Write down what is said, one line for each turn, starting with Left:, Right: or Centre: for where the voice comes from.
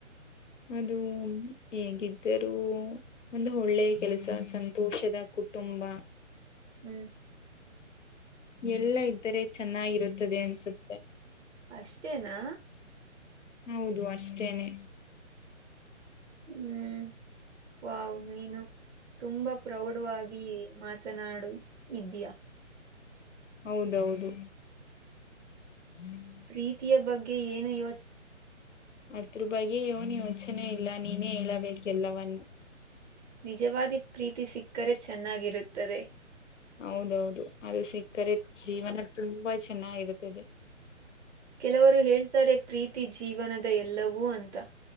Left: ಅದು ಹೇಗಿದ್ದರೂ ಒಂದು ಒಳ್ಳೆ ಕೆಲಸ ಸಂತ ದೋಷದ ಕುಟುಂಬ
Right: ಹ್ಮ್
Left: ಎಲ್ಲ ಇದ್ದರೆ ಚೆನ್ನಾಗಿರುತ್ತದೆ ಅನ್ಸುತ್ತೆ
Right: ಅಷ್ಟೇನಾ
Left: ಹೌದು ಅಷ್ಟೇನೆ
Right: ಹ್ಮ್ ವ್ ನೀನು ತುಂಬಾ ಪ್ರೌಡ್ವಾಗಿ ಮಾತನಾಡು ಇದಯಾ
Left: ಹೌದೌದು ಹ್ಮ್
Right: ಪ್ರೀತಿಯ ಬಗ್ಗೆ ಏನು ಇ
Left: ಅದ್ರ ಬಗ್ಗೆ ಏನ್ ಯೋಚನೆ ಇಲ್ಲ ನೀನೇ ಹೇಳಬೇಕ ಎಲ್ಲವನ್ನ
Right: ನಿಜವಾದಿ ಪ್ರೀತಿ ಸಿಕ್ಕರೆ ಚೆನ್ನಾಗಿರುತ್ತದೆ
Left: ಹೌದೌದು ಅದು ಸಿಕ್ಕರೆ ಜೀವನ ತುಂಬಾ ಚೆನ್ನಾಗಿರುತ್ತದೆ
Right: ಕೆಲವರು ಹೇಳ್ತಾರೆ ಪ್ರೀತಿ ಜೀವನದ ಎಲ್ಲವೂ ಅಂತ